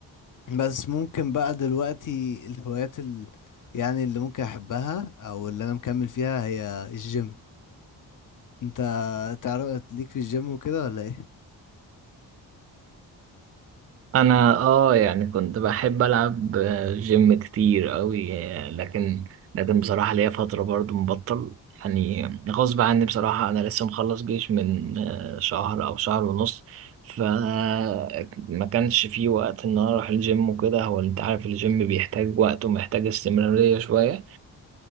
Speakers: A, on the left; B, on the right.
A: بس ممكن بقى دلوقتي الهوايات ال يعني اللي ممكن احبها او اللي انا مكمل فيها هي الجيم انت تعرف ليك في الجيم وكده ولا ايه
B: انا اه يعني كنت بحب العب جيم كتير قوي لكن لكن بصراحه ليا فتره برضو مبطل يعني غصب عني بصراحه انا لسه مخلص جيش من آه، شهر او شهر ونص فما كانش في وقت ان انا اروح الجيم وكده هو انت عارف الجيم بيحتاج وقت ومحتاج استمراريه شويه